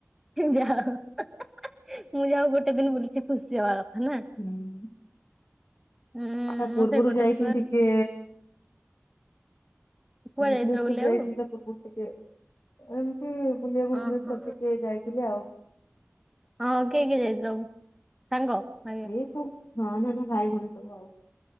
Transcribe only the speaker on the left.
ହୁଁ।
ତା
ପୂର୍ବରୁ
ଯାଇଥିଲି
ଟିକେ
ଭୁବନେଶ୍ଵର
ଯାଇଥିଲି ତ ପୂର୍ବରୁ ଟିକେ ଏମିତି ବୁଲିବା ଭୁବନେଶ୍ଵର
ଟିକେ ଯାଇଥିଲି ଆଉ।
ଏସୁ ନନ ଦ ଭାଇ ଭଉଣୀ ସବୁ ଆଉ।